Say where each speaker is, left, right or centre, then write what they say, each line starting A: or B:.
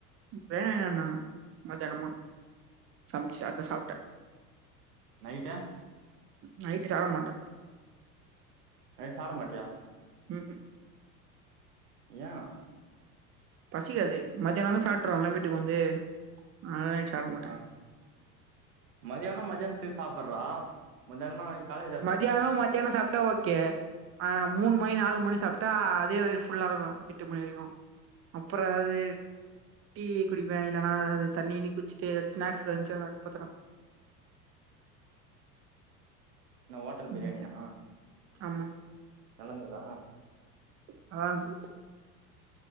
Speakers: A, on the right (about 30°); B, on the right (about 70°).
A: பிரியாணி வாங்கின் வந்தாங்க மத்யானமா சம்ச்சு அதா சாப்ட்ட
B: நைட்டா
A: நைட்டு சாப்ட மாட்ட
B: நைட்டு சாப்ட மாட்டியா
A: ம் ம்
B: ஏயா
A: பசிக்காது மத்தியானோ வந்து சாப்ட்ருவோல வீட்டுக்கு வந்து அதனால நைட்டு சாப்ட மாட்ட
B: ஆ மதியானோ மதியானத்துக்கு சாப்புட்றா மதியானோனா காலை
A: மதியானோ மத்தியானோ சாப்டா ஓகே அ மூணு மணி நாலு
B: ஆ
A: மணி சாப்டா அதே வயிறு ஃபுல்லா இருக்கோ எட்டு மணி வரைக்கோ அப்றோ எதாது டீ குடிப்பே இல்லன்னா எதாது தண்ணி கிண்ணி குச்சிட்டு ஸ்நாக்ஸ் எதா இச்சினா சாப்ட்டு பாத்ருவே
B: இன்னா ஓட்டல் பிரியாணியா
A: ம் ஆமா
B: நல்லாந்துதா
A: நல்லா இருந்தது